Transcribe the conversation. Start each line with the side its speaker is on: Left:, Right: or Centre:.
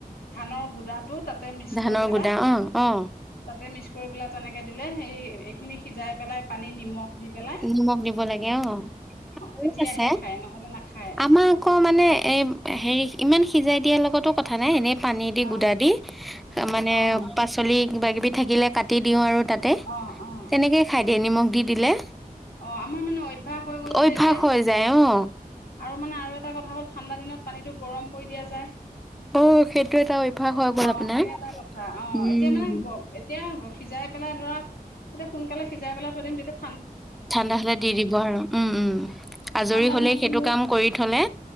Left: ধানৰ গুদাটো তাতে মিক্স
Centre: ধানৰ
Left: কৰি পেলাই
Centre: গুদা অ', অ'।
Left: তাতে মিক্স ল তেনেকে দিলে সিই এখিনি সিজাই পেলাই পানীত নিমখ দি পেলাই
Centre: নিমখ দিব লাগে অ
Left: তেতিয়াহে
Centre: আছে।
Left: খায় নহলে নাখায়
Centre: আমাক আকৌ মানে এ হেৰি ইমান সিজাই দিয়াৰ লগত টো কথা নাই এনেই পানী দি
Left: অ
Centre: গুদা দি মানে
Left: অ
Centre: পাচলি কিবাকিবি থাকিলে কাটি দিওঁ আৰু তাতে
Left: অ অ
Centre: তেনেকেই খাই দিয়ে নিমখ দি দিলে।
Left: অ আমাৰ মানে অভ্যাস হৈ গ'ল
Centre: অভ্যাস
Left: যে এতিয়া
Centre: হৈ যায় অ।
Left: আৰু মানে আৰু এটা কথা হ'ল ঠাণ্ডা দিনত পানীটো গৰম কৰি দিয়া যায়।
Centre: অ সেইটো এটা অভ্যাস হৈ গ'ল
Left: অ
Centre: আপোনাৰ।
Left: সেই এটা কথা অ
Centre: উম।
Left: এতিয়া মানে এতিয়া সিজাই পেলাই ধৰা এতিয়া সোনকালে সিজাই পেলাই থৈ দিম যেতিয়া
Centre: ঠাণ্ডা হলে দি দিব আৰু উম উম আজৰি
Left: ঠাণ্ডা
Centre: হলে
Left: দিনতো
Centre: সেইটো
Left: মোৰ
Centre: কাম কৰি থলে